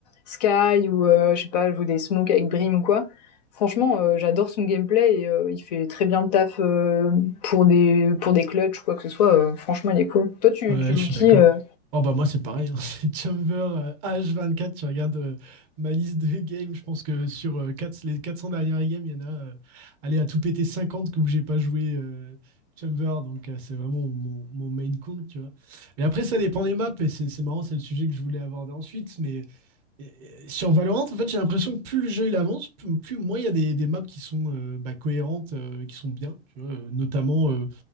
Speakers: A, on the left (about 40°); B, on the right (about 30°).
A: Sky ou euh, je sais pas, joue des smokes avec Brim ou quoi. Franchement, euh, j'adore son gameplay et euh, il fait très bien le taf euh, pour des pour des clutches ou quoi que ce soit. Euh, franchement, il est cool. Toi, tu,
B: Ouais,
A: tu
B: je
A: joues
B: suis
A: qui
B: d'accord.
A: euh
B: Oh bah moi c'est pareil, hein. <laughs> c'est Chamber euh, H24, tu regardes euh, ma liste de games, je pense que sur euh, quatre- les 400 dernières games, il y en a euh, allez, à tout péter 50 que où j'ai pas joué euh, Chamber, donc euh, c'est vraiment mon, mon main compte, tu vois. Et après ça dépend des maps, et c'est c'est marrant, c'est le sujet que je voulais aborder ensuite, mais et sur Valorant, en fait, j'ai l'impression que plus le jeu il avance, plus, plus moins il y a des, des maps qui sont euh, bah, cohérentes, euh, qui sont bien, tu vois, euh, notamment euh,